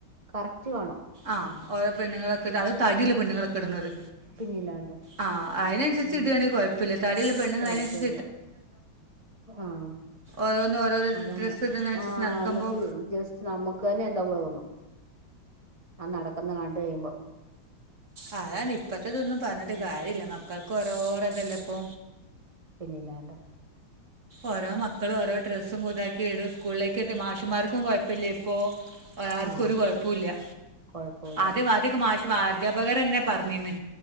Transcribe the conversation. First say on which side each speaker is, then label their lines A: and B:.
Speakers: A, on the right; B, on the right.
A: കറക്റ്റ് കാണും
B: ആഹ് ഓരോെ പെണ്ണുങ്ങളൊക്കെ അത് തടി ഇള്ള പെണ്ണുങ്ങള് കിടണത്,
A: പിന്നില്ലാണ്ട്
B: ആ അതിനനുസരിച്ച്
A: ഉം
B: ഇടാണെങ്കി കൊഴപ്പില്ല, തടിയുള്ള പെണ്ണുങ്ങള്
A: കൊഴപ്പമില്ല
B: അതനുസരിച്ച്
A: ആഹ്
B: ഓരോന്ന് ഓരോരോ
A: അതാണ്
B: ഡ്രസ്സ് ഇടുന്നതനുസരിച്ച്
A: ആഹ്
B: നടക്കുമ്പോൾ
A: എന്നിട്ട് ജസ്റ്റ് നമുക്ക് തന്നെ എന്തോക്കെ തോന്നും. ആ നടക്കന്ന് കണ്ടു കയുമ്പോ.
B: അതാണ് ഇപ്പത് ത്തതൊന്നും പറഞ്ഞിട്ട്
A: ഉം
B: കാര്യല്ല മ ക്കൾക്ക് ഓരോരോ ഇതല്ലേ ഇപ്പോ
A: പിന്നില്ലാണ്ടെ
B: ഓരോ മക്കള് ഓരോ ഡ്രസ്സ് ഉം ഇതാക്കീടും സ്കൂളിലേക്കൊക്കെ മാഷ്മാർക്കും കൊഴ പ്പലെ പ്പോ ആർകോരുകൊയ്പുല്ലാ
A: ആഹ് കൊഴപ്പമില്ല
B: അദ്യം അദിയൊക്കെ മാഷ് റ്റുവാധ്യാപകരന്നെ പറഞ്ഞിന്ന്